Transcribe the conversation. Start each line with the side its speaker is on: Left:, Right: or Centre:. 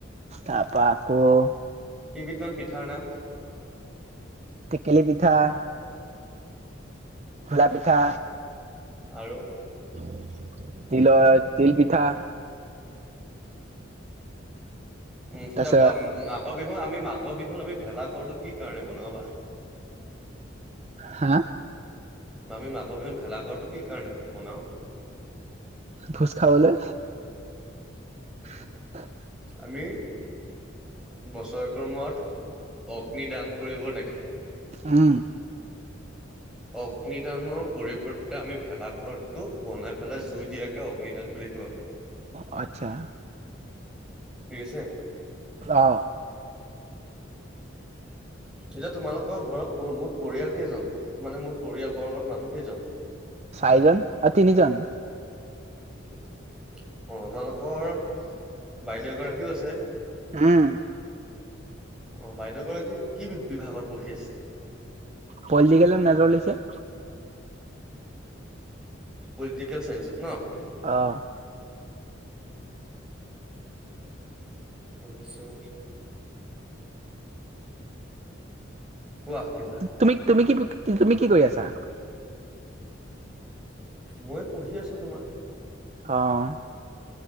Right: তাৰপা আকৌ-
Centre: কেইবিধমান পি- ঠাৰ নাম?
Right: টেকেলি পিঠা- ঘিলা পিঠা।
Centre: আৰু?
Right: <inaudible> তিলৰ, তিল পিঠা।
Centre: এতিয়া
Right: তাৰপিছত
Centre: কোৱা, ন-নাম- মাঘৰ বিহুৰ, আমি মাঘৰ বিহুত আমি ভেলাঘৰটো কি কাৰণে বনাও বা?
Right: হা?
Centre: বা' আমি মাঘৰ বিহুত ভেলাঘৰটো কি কাৰনে বনাওঁ?
Right: ভোজ খাবলৈ। <unintelligible>
Centre: আমি বছৰেকৰ মূৰত অগ্নিদান কৰিব লাগে।
Right: উমঁ।
Centre: অগ্নিদানৰ পৰিৱৰ্তে আমি ভেলাঘৰটোক বনাই পেলাই জুই দিয়াকে অগ্নিদান বুলি কোৱা হয়। হয়।
Right: অহ', -আচ্ছা।
Centre: ঠিক আছে।
Right: অহ'।
Centre: এতিয়া তোমালোকৰ ঘৰত মুঠ পৰিয়াল কেইজন মানে মোৰ পৰিয়াল বৰ্গৰ মানুহ কেইজন?
Right: চাৰিজন, অ' তিনিজন।
Centre: অঁ', তোমালোকৰ বাইদেউ এগৰাকীও আছে?
Right: উমঁ।
Centre: অঁ', বাইদেউ গৰাকী কি বিভাগত পঢ়ি আছে?
Right: পলিটিকেলত এ' মেজৰ লৈছে।
Centre: পলিটিকেল চাইন্সত ন'।
Right: অঁহ'।
Centre: তাৰপিছত কোৱা কিবা।
Right: তুমি তুমি কি তুমি কি কৰি আছা?
Centre: মই পঢ়ি আছো তোমাৰ।
Right: অহ'।